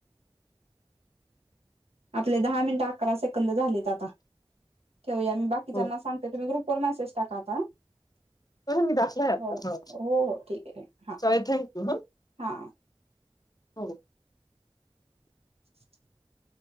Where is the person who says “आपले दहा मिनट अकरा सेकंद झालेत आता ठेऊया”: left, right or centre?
Right